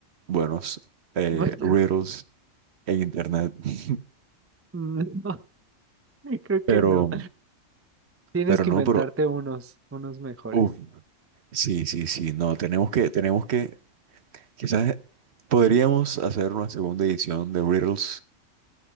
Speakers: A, on the right (about 60°); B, on the right (about 20°).
A: buenos eh,
B: Bueno,
A: riddles en internet, <laughs>
B: <laughs> no, <laughs> creo
A: pero,
B: que no. Tienes
A: pero
B: que
A: no,
B: inventarte
A: pero,
B: unos, unos mejores.
A: uff, sí, sí, sí, no, tenemos que, tenemos que Quizás podríamos hacer una segunda edición de Riddles